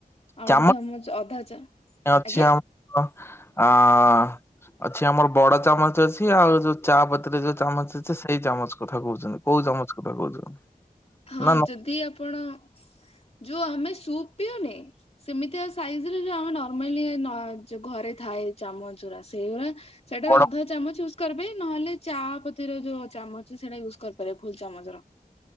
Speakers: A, on the left; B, on the left.
A: ଆଉ
B: ଚାମ
A: ଗୋଟେ ଚାମଚ ଅଧା ଚା
B: ଅଛି
A: ଆଜ୍ଞା
B: ଆମର ଆଁ। ଅଛି ଆମର ବଡ ଚାମଚ ଅଛି ଆଉ ଯୋଉ ଚାପତିରେ ଯୋଉ ଚାମଚ ଅଛି ସେଇ ଚାମଚ କଥା କହୁଛନ୍ତି କୋଉ ଚାମ ମଚ କଥା କହୁଛ?
A: ହଁ
B: ନା ନା
A: ଯଦି ଆପଣ ଯୋଉ ଆମେ ସୁପ୍ ପିଉନେ ସେମିତିଆ ସାଇଜରେ ଯୋଉ ଆମେ ନର୍ମାଲି ନ ଯ ଘରେ ଥାଏ ଚାମଚ। ଗୁରା ସେଇଗୁରା ସେଟା
B: ବଡ
A: ଅଧା ଚାମଚ ୟୁ କରିବେ ନହେଲେ ଚା ପତିର ଯୋଉ ଚାମଚ ସେଟା ୟୁଜ କରିପାରିବେ ଫୁଲ ଚାମଚର।